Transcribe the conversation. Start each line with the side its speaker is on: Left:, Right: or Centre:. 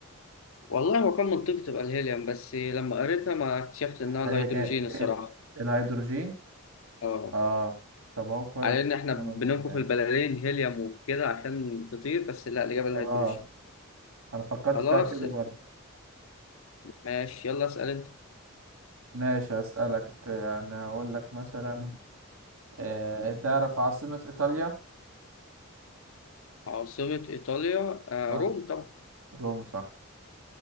Left: والله هو كان منطقي تبقى الهيليوم بس لما قريتها ما اكتشفت انها
Right: هي
Left: الهيدروجين
Right: كانت ايه
Left: الصراحه
Right: الهيدروجين
Left: اه
Right: اه طب اهو كويس
Left: على ان احنا
Right: معلومة
Left: بننفخ
Right: جديدة يعني.
Left: البلالين هيليوم وكده عشان تطير بس لا الاجابه
Right: اه
Left: الهيدروجين
Right: انا فكرت
Left: خلاص
Right: فيها كده برضه
Left: ماشي يلا اسال انت
Right: ماشي هسألك يعني هقول لك مثلا آه، تعرف عاصمة إيطاليا؟
Left: عاصمه ايطاليا آه
Right: اه
Left: روم طبعا
Right: روما صح